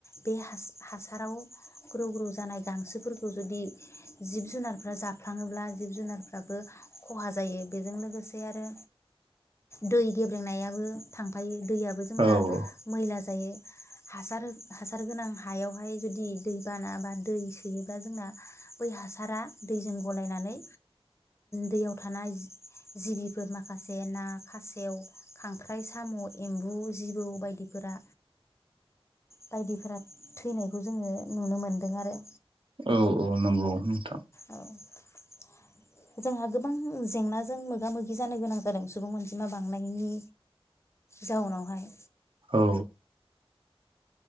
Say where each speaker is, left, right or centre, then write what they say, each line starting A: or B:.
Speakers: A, on the left; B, on the right.
A: बे हासाराव ग्रौ ग्रौ जानाय गांसोफोरखौ जुदि जिब जुनारफोरखौ जाफ्लाङोब्ला जिब जुनारफोर आबो खहा जायो, बेजों लोगोसे आरो दै गेब्लेंनायाबो थांफायो। दैयाबो जोंना
B: औ औ
A: <unintelligible> थायो। हासार हासार गोनां हायावहाय जुदि, दैबाना बा दै सोयोबा जोंना। बै हासारा दैजों गलायनानै दैयाव थानाय जिबिफोर माखासे ना, खासेव, खांख्राइ, साम', एम्बु, जिबौ बायदिफोरा बायदिफोरा थैनायखौ जोङो नुनो मोनदों आरो।
B: औ-औ नंगौ नोंथां।
A: औ जोंहा गोबां जेंना जायो। जों मोगा-मोगि जानो गोनां जादों सुबुं अनजिमा बांनायनि जाउनावहाय।
B: औ